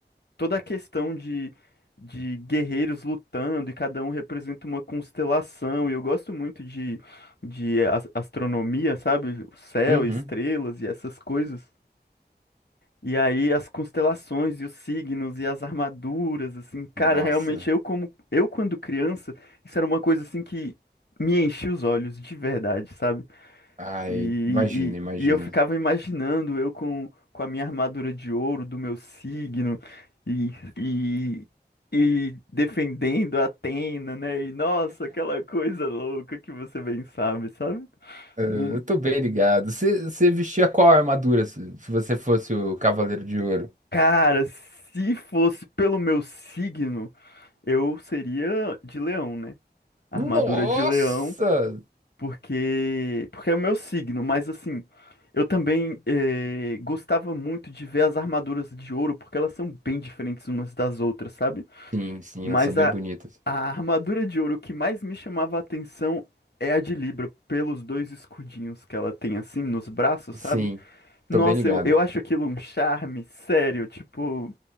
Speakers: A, on the left; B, on the right.
A: toda a questão de, de guerreiros lutando e cada um representa uma constelação. E eu gosto muito de, de as- astronomia, sabe? O Céu,
B: Uhum.
A: estrelas e essas coisas. E aí as constelações e os signos e as armaduras, assim, cara,
B: Nossa,
A: realmente eu como eu quando criança, isso era uma coisa assim que me enchia os olhos de verdade, sabe?
B: ai,
A: E,
B: imagina, imagina.
A: e, e eu ficava imaginando eu com, com a minha armadura de ouro do meu signo e, e, e defendendo a Atena, né? E nossa, aquela coisa louca que você bem sabe, sabe?
B: Eh,
A: Mu-
B: Eu tô bem ligado. Você você vestia qual armadura se se você fosse o Cavaleiro de Ouro?
A: Cara, se fosse pelo meu signo Eu seria de leão, né? Armadura
B: Nossa!
A: de leão, porque porque é o meu signo, mas assim, eu também eh, gostava muito de ver as armaduras de ouro, porque elas são bem diferentes umas das outras, sabe?
B: Sim, sim,
A: Mas
B: elas são bem
A: a,
B: bonitas.
A: a armadura de ouro que mais me chamava a atenção é a de Libra, pelos dois escudinhos que ela tem assim nos braços, sabe?
B: Sim,
A: Nossa,
B: tô bem ligado.
A: eu, eu acho aquilo um charme, sério, tipo,